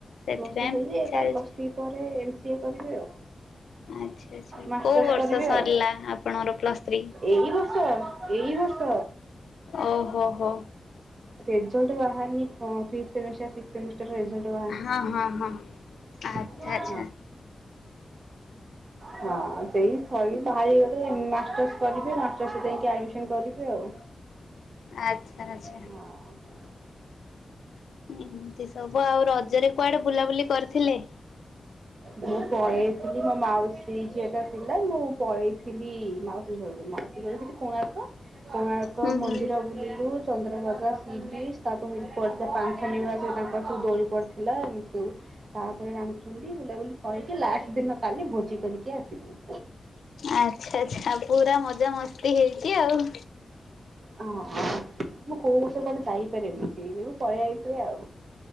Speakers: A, on the left; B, on the right.
A: ସେଥିପାଇଁ
B: ପ୍ଲସ ଥ୍ରି <unintelligible>
A: ଚାଲିଛି।
B: ଥ୍ରି ପରେ ଏମ ସି ଏ କରିବି ଆଉ।
A: ଆଚ୍ଛା ଆଛା
B: ମାଷ୍ଟର୍ସ
A: କୋଉ ବର୍ଷ
B: କରିବି
A: ସରିଲା
B: ଆଉ।
A: ଆପଣଙ୍କର ପ୍ଲସ ଥ୍ରି?
B: ଏଇ ବର୍ଷ ଏଇ ବର୍ଷ
A: ଓହୋ ହୋ।
B: ରେଜଲ୍ଟ ବାହାରିନି ହ ଫିତ୍ପ ସେମିଷ୍ଟର ସିକ୍ସ ସେମିଷ୍ଟର ରେଜଲ୍ଟ।
A: ହଁ ହଁ ହଁ। ଆଚ୍ଛା
B: <unintelligible>
A: ଆଚ୍ଛା
B: ଦିଇଟା, ହଁ। ହଁ ସେଇ କରିବି ବାହାରିଗଲେ ମାଷ୍ଟର୍ସ କରିବି ମାଷ୍ଟର୍ସରେ ଯାଇକି ଆଡ଼ମିସନ କରିବି ଆଉ।
A: ଆଛା ଆଛା।
B: ହଁ
A: ଏମିତି ସବୁ ଆଉ ରଜରେ କୁଆଡେ ବୁଲାବୁଲି କରିଥିଲେ?
B: ମୁଁ ପଲେଇଥିଲି ମୋ ମାଉସୀ ଝିଅ ତ ଥିଲା ମୁଁ ପଳେଇ ଥିଲି ମାଉସୀ ଘରକୁ ମାଉ <unintelligible> କୋଣାର୍କ କୋଣାର୍କ
A: ହୁଁ
B: ମନ୍ଦିର
A: ହୁଁ
B: ବୁଲିଲୁ ଚନ୍ଦ୍ରଭାଗା ସିବିଚ୍ ତାପରେ ହେଇଟି ପଡ଼ିଥିଲା ପାନ୍ତ ନିବାସ ତାଙ୍କର ସବୁ ଦୋଳି ପଡିଥିଲା ଏମିତି ସବୁ। ତାପରେ ରାମଚଣ୍ଡୀ ବୁଲାବୁଲି କରିକି ଲାଷ୍ଟ ଦିନ କାଲି ଭୋଜି କରିକି ଆସିଲୁ।
A: ଆଚ୍ଛା ଆଚ୍ଛା ପୁରା ମଜା ମସ୍ତି ହେଇଚି ଆଉ।
B: ହଁ ମୁଁ କୋଉବର୍ଷ କୁଆଡେ ଯାଇପାରେନି ସେଇ ଯୋଗୁ ପଳେଇଆଇଥିଲି ଆଉ।